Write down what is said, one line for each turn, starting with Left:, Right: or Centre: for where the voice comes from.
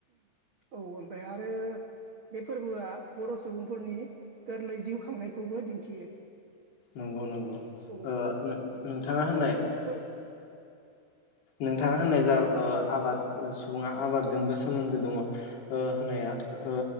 Right: औ ओमफाय आरो बे फोरबोआ बर' सुबुंफोरनि गोरलै जिउ खांनायखौबो दिन्थियो।
Left: नंगौ नंगौ
Right: औ
Left: ओ नोंथाङा होननाय
Right: हो
Left: नोंथाङा होननाय जा ओ आबाद सुबुङा आबादजोंबो सोमोन्दो दङ। ओ होनाया ओ